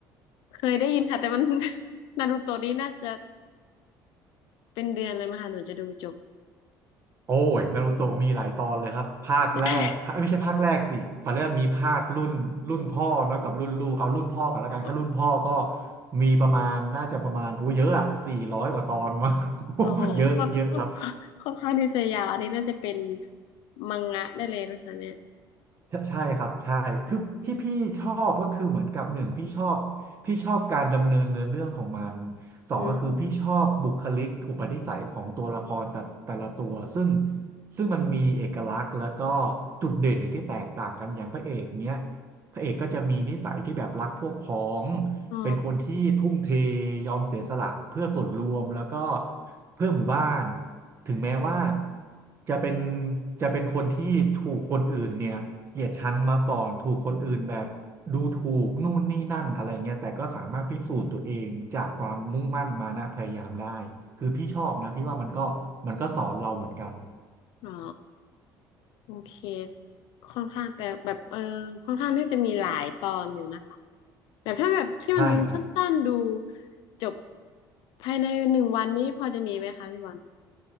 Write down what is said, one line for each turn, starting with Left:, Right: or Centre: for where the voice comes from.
Left: เคยได้ยินค่ะแต่มัน <laughs> นารูโตะนี่น่าจะเป็นเดือนเลยมั้ยคะหนูจะดูจบ
Right: โอ้ยนารูโตะมีหลายตอนเลยครับภาคแรกภาคไม่ใช่ภาคแรกสิเขาเรียกว่ามีภาครุ่นรุ่นพ่อเนอะกับรุ่นลูกเอารุ่นพ่อกันแล้วกันแค่รุ่นพ่อก็
Left: <laughs> โอ้โห
Right: มีประมาณน่าจะประมาณโอ้เยอะอะสี่ร้อยกว่าตอนมา <laughs>
Left: โอ้โหค่อนค่อน
Right: เยอะเยอะครับ
Left: ค่อนข้างที่จะยาวอันนี้น่าจะเป็นมังงะได้เลยนะคะเนี่ย
Right: ใช่ใช่ครับใช่คือที่พี่ชอบก็คือเหมือนกับหนึ่งพี่ชอบพี่ชอบการดำเนินเนื้อเรื่องของมันสองก็คือพี่ชอบบุคลิกอุปนิสัยของตัวละครแต่แต่ละตัวซึ่ง
Left: อืม
Right: ซึ่งมันมีเอกลักษณ์แล้วก็จุดเด่นเนี่ยที่แตกต่างกันอย่างพระเอกเนี้ยพระเอกก็จะมีนิสัยที่แบบรักพวกพ้อง
Left: อ๋อ
Right: เป็นคนที่ทุ่มเทยอมเสียสละเพื่อส่วนรวมแล้วก็เพื่อหมู่บ้านถึงแม้ว่า
Left: อืม
Right: จะเป็นจะเป็นคนที่ถูกคนอื่นเนี่ยเกลียดชังมาก่อนถูกคนอื่นแบบดูถูกนู่นนี่นั่นอะไรเงี้ยแต่ก็สามารถพิสูจน์ตัวเองจากความมุ่งมั่นมานะพยายามได้คือพี่ชอบนะพี่ว่ามันก็มันก็สอนเราเหมือนกัน
Left: อ๋อโอเคค่อนข้างแต่แบบเออค่อนข้างที่จะมีหลายตอนอยู่นะคะแบบถ้าแบบที่มันสั้นๆดู
Right: ใช่ครับ
Left: จบภายในหนึ่งวันนี้พอจะมีไหมคะพี่บอล